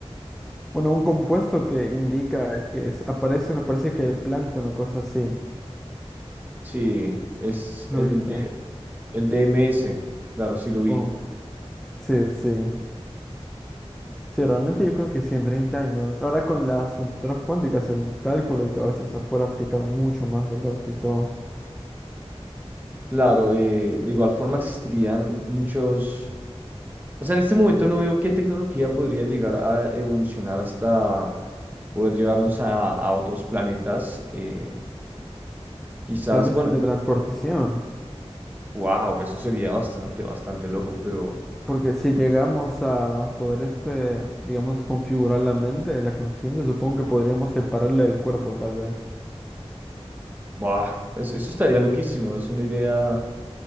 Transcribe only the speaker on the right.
sí, es
el
de el DMS, claro, sí lo vi.
Claro, eh, de igual forma existirían muchos, o sea, en este momento no veo qué tecnología podría llegar a evolucionar hasta poder llevarnos a, a otros planetas. eh, quizás,
bueno,
Wow, eso sería bastante, bastante loco, pero
wow, eso, eso estaría loquísimo. Es una idea